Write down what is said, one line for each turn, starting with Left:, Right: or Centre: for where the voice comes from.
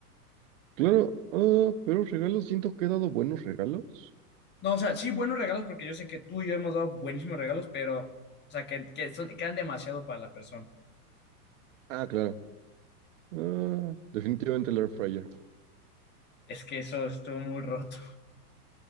Right: Claro, ah, pero regalos, siento que he dado buenos regalos.
Left: No, o sea, sí, buenos regalos, porque yo sé que tú y yo hemos dado buenísimos regalos, pero, o sea, que, que son, quedan demasiado para la persona.
Right: Ah, claro. Ah, definitivamente el air fryer.
Left: Es que eso estuvo muy roto.